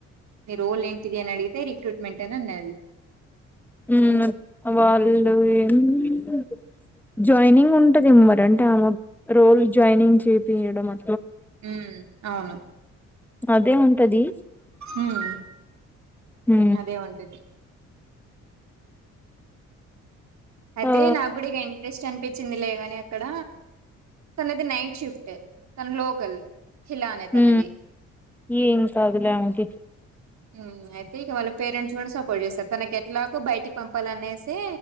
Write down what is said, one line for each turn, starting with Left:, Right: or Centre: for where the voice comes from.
Right: నీ రోల్ ఏంటిది అని అడిగితే రిక్రూట్మెంట్ అని అన్నది
Centre: ఉహు వాళ్లు ఏం అన్నా జాయినింగ్ ఉంటది ఏమో మరి అంటే ఆమె రోల్ జాయినింగ్ చేపియడం అ
Right: ఉ అవును
Centre: అదే ఉంటది
Right: ఉమ్
Centre: హు
Right: అదే ఉంటది అయితే
Centre: ఆ
Right: నాకు కూడా ఇగ ఇంట్రెస్ట్ అనిపించింది లేగాని అక్కడ తనది నైట్ షిఫ్ట్ టు తన లోకల్ ఖిలా అనే
Centre: హు
Right: తనది
Centre: ఏం కాదులే ఆమెకి
Right: హు అయితే ఇగ వాళ్ళ పేరెంట్స్ కూడా సపోర్ట్ చేస్తారు తనకి ఎట్లాగో బయటికి పంపాలనేసి